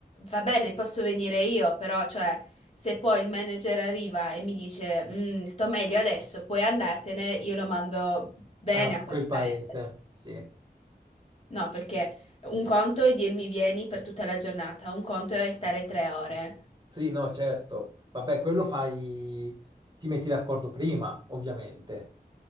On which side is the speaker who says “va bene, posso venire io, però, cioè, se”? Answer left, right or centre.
Left